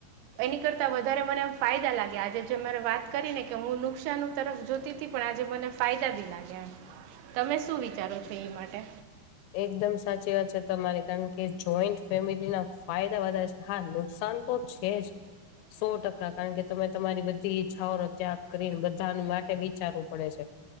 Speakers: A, on the right (about 85°); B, on the left (about 85°).
A: એની કરતા વધારે મને એમ ફાયદા લાગ્યા આજે, જે મેરે વાત કરીને કે, હું નુકસાન તરફ જોતી, પણ આજે મને ફાયદા બી લાગ્યા, એમ. તમે શું વિચારો છો એ માટે?
B: એકદમ સાચી વાત છે તમારી, કારણ કે જોઈન્ટ ફેમિલી ના ફાયદા વધારે. હા, નુકસાન તો છે જ.
A: <unintelligible>
B: સો ટકા કારણ કે તમે તમારી બધી ઈચ્છાઓનો ત્યાગ કરીને, બધા માટે વિચારવું પડે છે.